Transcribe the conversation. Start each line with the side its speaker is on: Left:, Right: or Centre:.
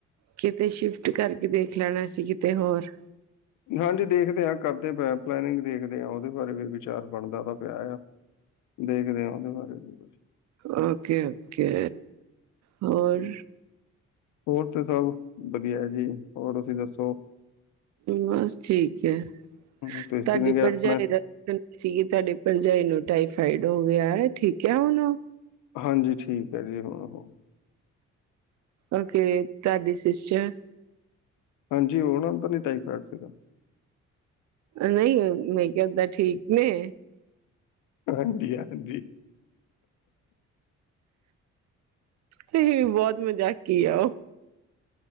Right: ਕਿਤੇ ਸ਼ਿਫਟ ਕਰਕੇ ਦੇਖ ਲੈਣਾ ਸੀ ਕਿਤੇ ਹੋਰ।
Left: ਨਾ ਜੀ ਦੇਖਦੇ ਆ ਕਰਦੇ ਪਲੈਨਿੰਗ ਦੇਖਦੇ ਆ ਉਹਦੇ ਬਾਰੇ ਵੀ ਵਿਚਾਰ ਬਣਦਾ ਤਾਂ ਪਿਆ ਆ। ਦੇਖਦੇ ਆ ਉਹਦੇ ਬਾਰੇ ਵੀ। ਕੁਛ
Right: ਓਕੇ ਓਕੇ ਹੋਰ?
Left: ਜੀ। ਹੋਰ ਤੇ ਸਭ ਵਧੀਆ ਹੈ ਜੀ ਹੋਰ ਤੁਸੀਂ ਦੱਸੋ?
Right: ਬਸ ਠੀਕ ਏ,
Left: ਹੂੰ, ਤੁਸੀਂ
Right: ਤਾਡੀ
Left: ਨੇ ਕਿਹਾ
Right: ਪਰਜਾਈ
Left: ਆਪਣਾ
Right: <unintelligible> ਚੀਜ਼ ਤੁਹਾਡੇ ਭਰਜਾਈ ਨੂੰ ਟਾਈਫਾਇਡ ਹੋ ਗਿਆ ਠੀਕ ਹਾ ਉਹਨੂੰ।
Left: <unintelligible>
Right: ਓਕੇ ਤੁਹਾਡੀ ਸਿਸਟਰ।
Left: ਹਾਂਜੀ ਉਹ ਨਾ ਪਤਾ ਨੀ ਟਾਈਫਾਈਡ ਸੀਗਾ।
Right: ਨਹੀਂ ਨਹੀਂ ਕਹਿੰਦਾ ਠੀਕ ਨੇ।
Left: ਹਾਂਜੀ ਹਾਂਜੀ।
Right: ਤੁਸੀਂ ਵੀ ਬੋਤ ਮਜ਼ਾਕੀ ਆ ਓ।